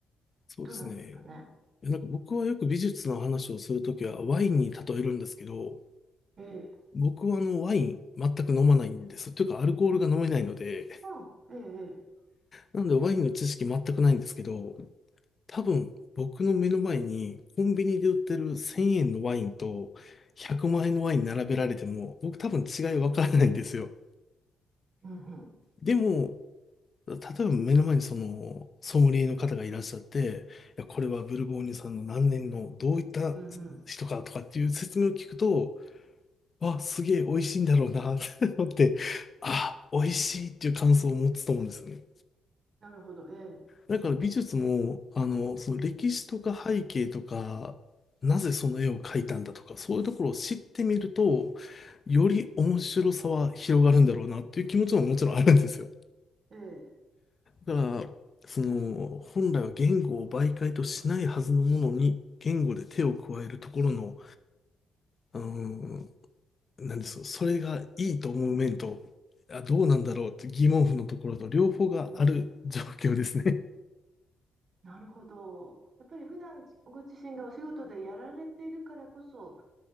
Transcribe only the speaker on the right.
どうなんですかね。
ええ。
ああ、ええ、ええ。
うんうん。
うんうん。
なるほど。え
え。ええ。
うんなるほど。やっぱり普段ご自身がお仕事でやられているからこそ、